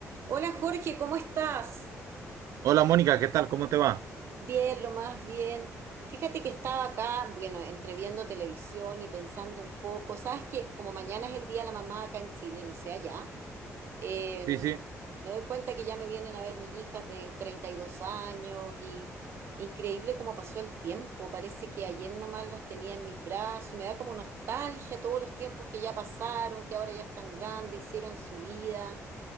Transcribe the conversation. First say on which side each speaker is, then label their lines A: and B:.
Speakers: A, on the right; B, on the right.
A: Hola Jorge, ¿cómo estás?
B: Hola Mónica, ¿qué tal? ¿Cómo te va?
A: Bien, lo más bien. Fíjate que estaba acá, bueno, entre viendo televisión y pensando un poco. Sabes que como mañana es el Día de la Mamá acá en Chile, no sé allá, eh,
B: Sí, sí,
A: me doy cuenta que ya me vienen a ver mis hijas de 32 años y increíble cómo pasó el tiempo. Parece que ayer nomás las tenía en mis brazos y me da como nostalgia todos los tiempos que ya pasaron, que ahora ya están grandes, hicieron su vida.